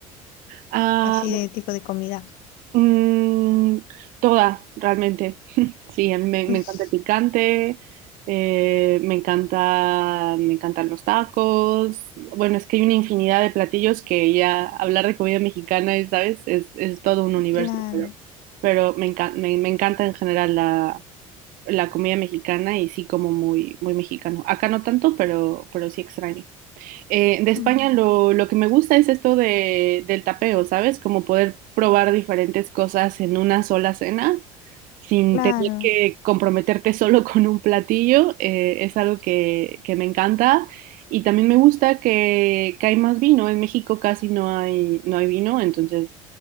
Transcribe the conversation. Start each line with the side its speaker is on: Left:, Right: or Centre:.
Right: Ah,
Left: Así de tipo de comida.
Right: mm, toda, realmente. <laughs> Sí, a mí me,
Left: <laughs>
Right: me encanta el picante, eh, me encanta, me encantan los tacos. Bueno, es que hay una infinidad de platillos que ya hablar de comida mexicana, y, ¿sabes? Es, es todo un universo,
Left: Claro,
Right: pero, pero me encan- me, me encanta en general la, la comida mexicana y sí como muy, muy mexicano. Acá no tanto, pero, pero sí extraño. Eh, de España
Left: mm,
Right: lo, lo que me gusta es esto de, del tapeo, ¿sabes? Como poder probar diferentes cosas en una sola cena sin
Left: claro,
Right: tener que comprometerte solo con un platillo, eh, es algo que, que me encanta. Y también me gusta que, que hay más vino. En México casi no hay, no hay vino, entonces